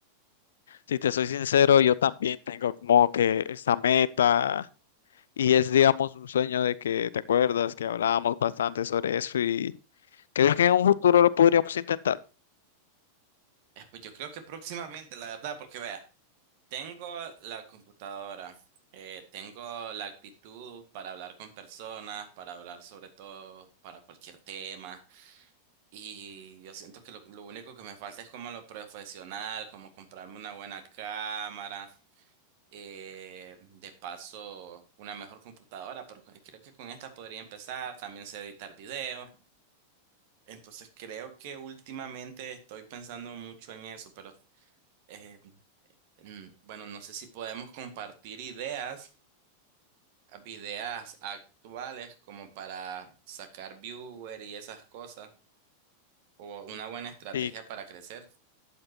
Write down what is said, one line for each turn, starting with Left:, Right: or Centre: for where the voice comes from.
Left: si te soy sincero, yo también tengo como que esta meta y es, digamos, un sueño de que te acuerdas que hablábamos bastante sobre eso y ¿crees que en un futuro lo podríamos intentar?
Right: Eh, Pues yo creo que próximamente, la verdad, porque vea, tengo la computadora, eh, tengo la actitud para hablar con personas, para hablar sobre todo, para cualquier tema. Y yo siento que lo, lo único que me falta es como lo profesional, como comprarme una buena cámara, eh, de paso una mejor computadora, pero con- creo que con esta podría empezar, también sé editar videos. Entonces creo que últimamente estoy pensando mucho en eso, pero eh, mm, bueno, no sé si podemos compartir ideas, ah, ideas actuales como para sacar viewer y esas cosas, o una buena estrategia
Left: Y
Right: para crecer.